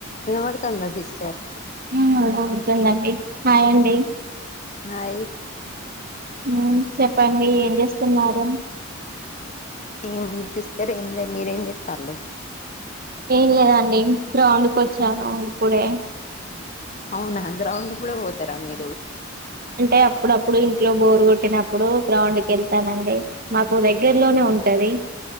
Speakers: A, on the left (about 35°); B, on the right (about 45°).
A: వినబడుతుందా సిస్టర్?
B: ఉ అవుతుందండి హాయండి
A: హాయ్
B: మ్ చెప్పండి ఏం చేస్తున్నారు?
A: ఏం సిస్టర్ ఏం లే మీరేం చెస్తళు?
B: ఏం లేదండి గ్రౌండ్కి వచ్చాను ఇప్పుడే
A: అవునా గ్రౌండ్ కూడా పోతారా మీ
B: అంటే అప్పుడప్పుడు ఇంట్లో బోరు కొ ట్టినప్పుడు గ్రౌండ్ క వెళ్తానండి మాకు దగ్గర్లోనే ఉంటది.